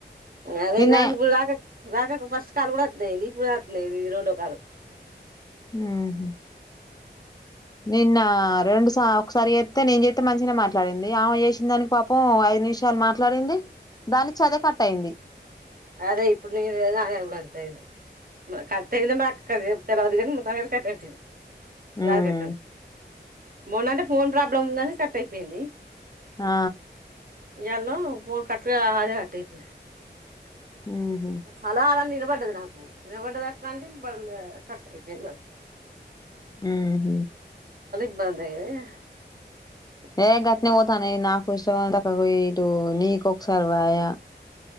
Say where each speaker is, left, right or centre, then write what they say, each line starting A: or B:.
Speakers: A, on the right; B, on the left.
A: అదే
B: నిన్నే
A: నాకు ఇప్పుడు దాక కాక ఫస్ట్ కాలు కూడా అట్నే అయ్యింది ఇప్పుడు అట్నే అయ్యింది రెండో కాలు
B: ఉ హ్ నిన్న రెండు స ఒకసారి చేస్తతే నేను చేస్తతే మంచి గానే మాట్లాడింది ఆమె చేసింది అని పాపం ఐదు నిమిషాలు మాట్లాడింది దానిచ అదే కట్ట అయింది
A: అదే ఇప్పుడు నేను అ అంత అయింది కట్ అయింది మరి అ తెల చెప్తే రాదు కానీ మొత్తం కూడా కట్ అయిపోయింది
B: హమ్
A: రాధికక్క మొన్న అంటే ఫోన్ ప్రాబ్లం ఉందని కట్ అయిపోయింది
B: ఆ
A: ఎళ ఫోను కట్గా ఆదే కట్ అయిపోయింది
B: ఊహు
A: హలో హలో అలా నీ వినపడ్డాడి నాకు వినపడ్డాడి అక్క అంటే కట్ అయిపోయింది
B: హమ్
A: <unintelligible>
B: ఏ గటనే పోతున్నాయి విశ్వనాథ్ అక్కడ పోయి ఇటు నీకు ఒక సారి పాయ